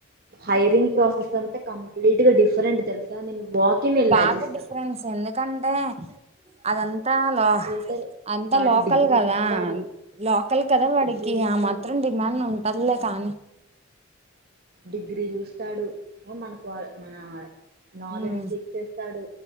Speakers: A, on the right (about 45°); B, on the right (about 30°).
A: హైరింగ్ ప్రాసెస్ ఇదంతా కంప్లీట్ గా డిఫరెంట్ తెలుసా నేను వాకిన్ వెళ్ళా
B: బాగా
A: జస్ట్
B: డిఫరెన్స్ ఎందుకంటే అదంత్ అంత లో
A: ఫిల్టర్
B: అంతా
A: వాడు
B: లోకల్
A: డిగ్రీ
B: కదా
A: చూస్తాడు
B: లోకల్ కదా వాడికి
A: డిగ్రీ చూస్తాడు
B: ఆ మాత్రం డిమాండ్ ఉంటదిలే కానీ
A: డిగ్రీ చూస్తాడు వో మనకు మన నాలెడ్జ్
B: ఉమ్
A: చెక్ చేస్తాడు